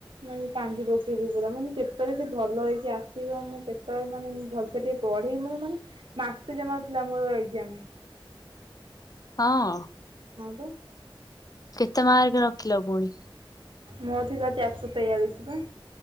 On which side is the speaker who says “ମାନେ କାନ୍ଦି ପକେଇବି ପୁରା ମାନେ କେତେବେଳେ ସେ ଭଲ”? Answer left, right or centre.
Right